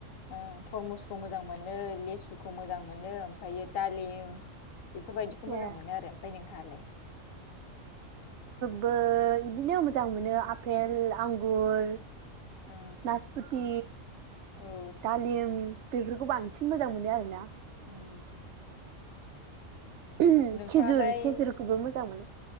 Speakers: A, on the left (about 80°); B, on the right (about 65°).
A: ओ थरमुसखौ मोजां मो नो लेसुखौ मोजां मोनो ओमफायो दालिम बेफोरबायदिखौ मोजां
B: ए
A: मोनो आरो ओमफाय नोंथाङालाय?
B: बो इदिनो मोजां मोनो आफेल, आंगुर,
A: नोंथाङालाय
B: नासपुथि,
A: ओं औ
B: दालिम बेफोरखौ बांसिन मोजां मोनो आरो ना।
A: उम
B: उम
A: नोंथाङालाय
B: खेजुर खेजुरखौबो मोजां मोनो।